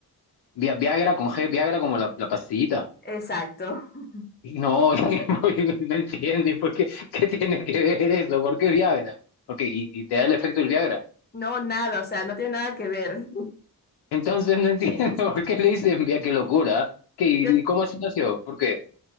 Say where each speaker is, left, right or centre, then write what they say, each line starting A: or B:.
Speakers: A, on the left; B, on the left.
A: Vi- Viagra con G, Viagra como la, la pastillita.
B: Exacto. <laughs>
A: No, <laughs> no entienden por qué, qué tiene que ver eso, por qué Viagra, porque y, y te da el efecto del Viagra.
B: No, nada, o sea, no tiene nada que ver. <laughs>
A: Entonces no entiendo <laughs> por qué le dicen Viagra, qué locura, ¿Qué, y
B: Yo-
A: cómo así nació, ¿por qué?